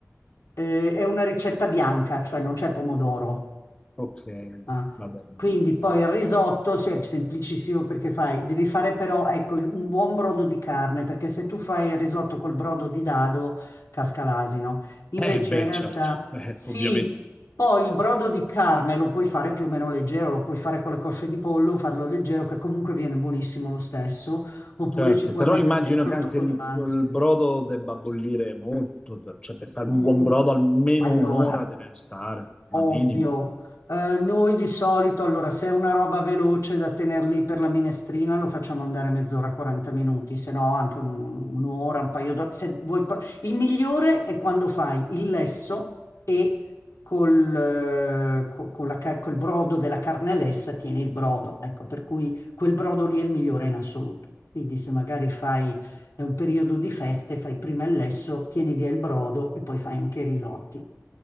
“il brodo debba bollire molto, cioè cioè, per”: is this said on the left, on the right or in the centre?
Left